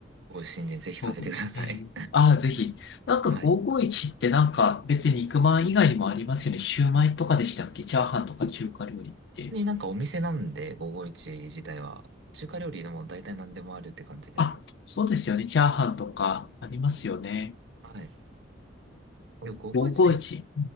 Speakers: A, on the right; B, on the left.
A: 美味しいんで、ぜひ食べてください。
B: 僕、えー、ああ、ぜひ。なんか551ってなんか別に肉まん以外にもありますよね。
A: <laughs> はい。
B: シューマイとかでしたっけチャーハンとか中華料理って。
A: になんかお店なんで、551自体は、中華料理でも大体何でもあるって感じです。
B: あ、そうですよね。チャーハンとかありますよね。
A: はい。でも551って結
B: 551。